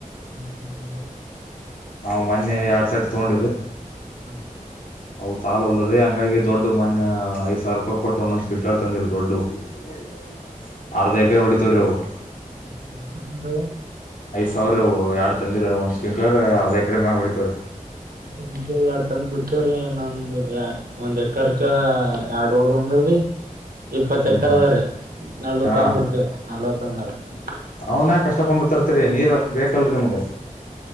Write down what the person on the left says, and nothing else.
ನಾವು, ಮೊನ್ನೆ, ಎರಡ್ ಸೈಟ್, ತಗೊಂಡಿರಿ. <inaudible>
ಅವು, ಸಾಲ, ಅಲ್ಲರಿ, ಹಂಗಾಗಿ! ದೊಡ್ಡ, ಮೊನ್ನೆ ಐದ ಸಾವಿರ, ರೂಪಾಯಿ, ಕೊಟ್ಟು, ಒಂದೊಂದ ಸ್ಪಿನ ಕ್ಲರ್, ತಂದಿರಿ ದೊಡ್ಡು. <inaudible> ಅರ್ಧ. <unintelligible> ರೌಡುತಾರ್ರಿ, ಅವು. <inaudible>
ಐದ್ ಸಾವಿರ ಎರಡ್ ತಂದ ಒಂದು ಸ್ಪಿಂಕ್ಲರ್ ಅರ್ಧ ಎಕರೆ ಮ್ಯಾಗ ಹೊಡಿತವ ರೀ
ಹ್ಮ್
ಹ್ಮ್
ಹಾ
ಅವನ ಕಷ್ಟಕ್ಕಂದ ತರ್ತರಿ ನೀರ್ ಅಷ್ಟ್ ಬೇಕಲ್ರರಿ ನಿಮ್ಗ.